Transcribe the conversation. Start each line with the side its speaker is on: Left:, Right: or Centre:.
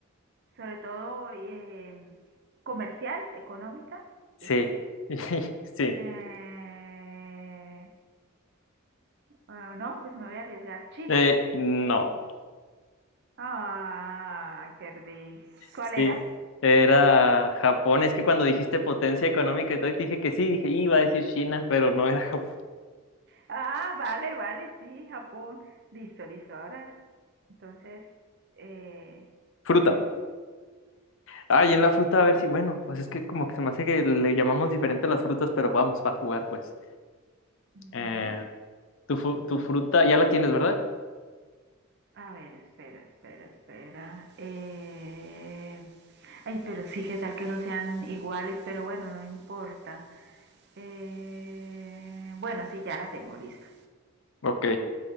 Right: sobre todo eh, comercial, económica.
Left: Sí.
Right: Entonces,
Left: <laughs> Sí.
Right: eh, ah, no, pues me voy a arriesgar. China.
Left: Eh, no.
Right: Ay, perdí. ¿Cuál
Left: Sí.
Right: era?
Left: Era Japón. Es que cuando dijiste potencia económica y todo, y te dije que sí, dije, iba a decir China, pero no era Japón.
Right: Ah, vale, vale, sí, Japón. Listo, listo. Ahora, entonces, eh,
Left: Fruta.
Right: sigues tú.
Left: Ah, y en la fruta, a ver si, bueno, pues es que como que se me hace que le llamamos diferente a las frutas, pero vamos, va a jugar, pues.
Right: Ujú.
Left: Eh, tu, fu- tu fruta, ya la tienes, ¿verdad?
Right: A ver, espera, espera, espera. Eh, Ay, pero sí, que tal que no sean iguales, pero bueno, no importa. Eh, Bueno, sí, ya la tengo lista.
Left: Ok.